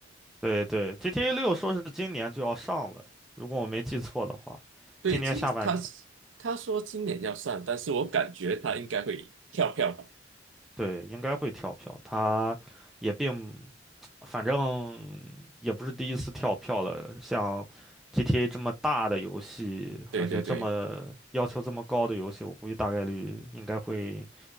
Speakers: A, in the centre; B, on the right (about 80°).
A: 对对，GTA 六说是今年就要上了，如果我没记错的话，
B: <laughs> 对，
A: 今年下半年，
B: 其实他他说今年要上，但是我感觉他应该会跳票吧。
A: 对，应该会跳票。它也并，反正也不是第一次跳票了，像 GTA 这么大的游戏，
B: 对对对
A: 而且这么要求这么高的游戏，我估计大概率应该会